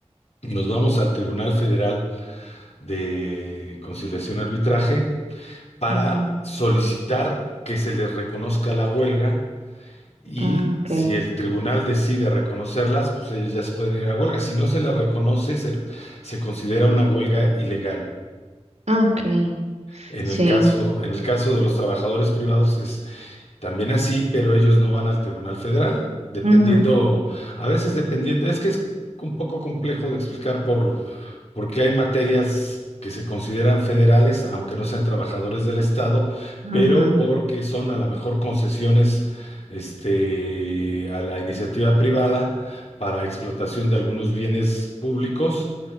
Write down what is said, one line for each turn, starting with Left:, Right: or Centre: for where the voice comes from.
Left: nos vamos al Tribunal Federal de Conciliación y Arbitraje para
Right: Ujú.
Left: solicitar que se les reconozca la huelga y
Right: Ah, ok.
Left: si el tribunal decide reconocerlas, pues ellos ya se pueden ir a huelga. Si no se las reconoce, se, se considera una huelga ilegal.
Right: Ok.
Left: En
Right: Sí.
Left: el caso, en el caso de los trabajadores privados es también así, pero ellos no van al Tribunal Federal, dependiendo,
Right: Ujú,
Left: a veces dependiendo, es que es un poco complejo de explicar por, porque hay materias que se consideran federales, aunque no sean trabajadores del Estado,
Right: ujú,
Left: pero porque son a lo mejor concesiones este, a la iniciativa privada para explotación de algunos bienes públicos,